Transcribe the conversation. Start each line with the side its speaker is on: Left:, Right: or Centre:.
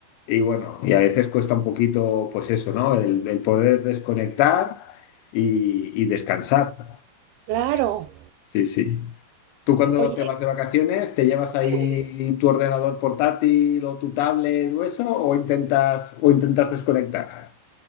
Left: y bueno, y a veces cuesta un poquito, pues eso, ¿no? El, el poder desconectar y, y descansar.
Right: Claro.
Left: Sí, sí. ¿Tú cuando
Right: Oye,
Left: te vas de vacaciones, te llevas ahí
Right: eh,
Left: tu ordenador portátil o tu tablet o eso, o intentas, o intentas desconectar?